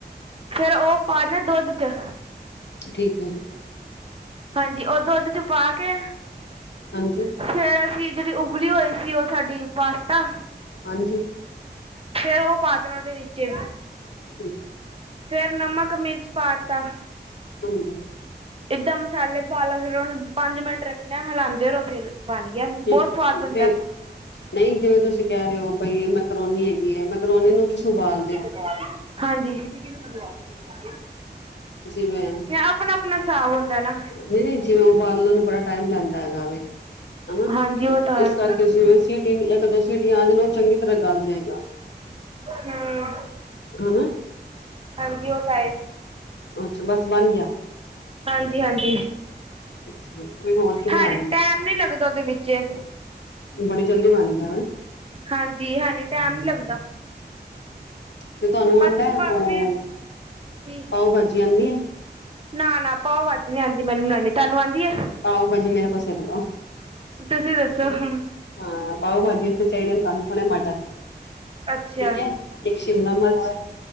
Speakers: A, on the right (about 35°); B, on the left (about 80°).
A: ਫੇਰ ਓਹ ਪਾ ਦੇਣਾ ਦੁੱਧ ਚ।
B: ਠੀਕ ਹੈ ਜੀ।
A: ਹਾਂਜੀ, ਓਹ ਦੁੱਧ ਚ ਪਾ ਕੇ
B: ਹਾਂਜੀ।
A: ਫੇਰ ਅਸੀਂ ਜਿਹੜੀ ਉਬਲੀ ਹੋਈ ਸੀ ਓਹ ਸਾਡੀ ਪਾਸਤਾ।
B: ਹਾਂਜੀ।
A: ਫੇਰ ਓਹ ਪਾ ਦੇਣਾ ਓਦੇ ਵਿੱਚੇ,
B: ਠੀਕ
A: ਫੇਰ ਨਮਕ ਮਿਰਚ ਪਾ ਤਾ।
B: ਹਾਂਜੀ।
A: ਏਦਾਂ ਮਸਾਲੇ ਪਾ ਲੋ, ਫਿਰ ਓਨੂੰ ਪੰਜ ਮਿੰਟ ਰੱਖਣਾ, ਹਿਲਾਂਦੇ ਰੋ ਫਿਰ। ਬਣ ਗਿਆ,
B: ਠੀਕ
A: ਬੌਤ ਸਵਾਦ ਬਣਦਾ।
B: ਤੇ ਨਹੀਂ ਜਿਵੇਂ ਤੁਸੀਂ ਕਹਿ ਰੇ ਓ, ਬਈ ਮੈਕਰੋਨੀ ਹੈਗੀ ਏ ਮੈਕਰੋਨੀ ਨੂੰ ਤੁਸੀਂ ਉਬਾਲ ਦੇ ਓ।
A: ਹਾਂਜੀ, ਹਾਂਜ, ਸੀਟੀ ਵੀ ਦਵਾ ਸਕਦੇ ਆ
B: ਜਿਵੇਂ
A: ਅਪਣਾ- ਅਪਣਾ ਸਾਬ ਹੁੰਦਾ ਨਾ।
B: ਨਹੀਂ ਨਹੀਂ, ਜਿਵੇਂ ਉਬਾਲਣ ਨੂੰ ਬੜਾ ਟਾਈਮ ਲੈਂਦਾ ਹੈਗਾ ਵੇ। ਹਨਾ
A: ਹਾਂਜੀ, ਓ ਤਾਂ ਹੈ‌।
B: ਇਸ ਕਰਕੇ ਜਿਵੇਂ ਸੀਟੀ ਇੱਕ ਦੋ ਸੀਟੀਆਂ ਆ ਜਾਣ ਉਹ ਚੰਗੀ ਤਰ੍ਹਾਂ ਗਲ ਜਾਏਗਾ
A: ਹੂੰ।
B: ਹਨਾ।
A: ਹਾਂਜੀ, ਓਹ ਤਾਂ ਏ।
B: ਅੱਛਾ, ਬਸ ਬਣ ਗਿਆ।
A: ਹਾਂਜੀ, ਹਾਂਜੀ।
B: ਅੱਛਾ ਫਿਰ ਹੋਰ ਕੀ ਬਣਾ
A: ਹਾਂ,
B: ਲੈਂਦੇ
A: ਟੈਮ ਨੀ ਲੱਗਦਾ ਉਹਦੇ ਵਿੱਚੇ।
B: ਬੜੀ ਜਲਦੀ ਬਣ ਗਿਆ ਨਾ।
A: ਹਾਂਜੀ ਹਲੇ ਟਾਈਮ ਨੀ ਲੱਗਦਾ।
B: ਤੇ ਤੁਹਾਨੂੰ
A: ਬਸ
B: ਆਂਦਾ ਹੈ
A: ਭਾਵੇਂ
B: ਉਹ
A: ਕੀ
B: ਪਾਓ ਭਾਜੀ ਆਂਦੀ ਹੈ।
A: ਨਾ ਨਾ ਭਾਓ ਭਾਜੀ ਨੀ ਆਂਦੀ ਮੈਨੂੰ ਬਨਾਨੀ ਤੁਹਾਨੂੰ ਆਂਦੀ ਏ।
B: ਪਾਓ ਭਾਜੀ ਮੇਰੇ ਕੋ ਸਿੱਖ ਲਓ।
A: ਤੁਸੀਂ ਦੱਸੋ ਹੁਣ
B: ਹਾਂ ਪਾਓ ਭਾਜੀ ਇੱਥੇ ਚਾਹੀਦੇ ਨੇ ਤੁਹਾਨੂੰ ਥੋੜੇ ਮਟਰ
A: ਅੱਛਾ।
B: ਠੀਕ ਹੈ ਇੱਕ ਸ਼ਿਮਲਾ ਮਿਰਚ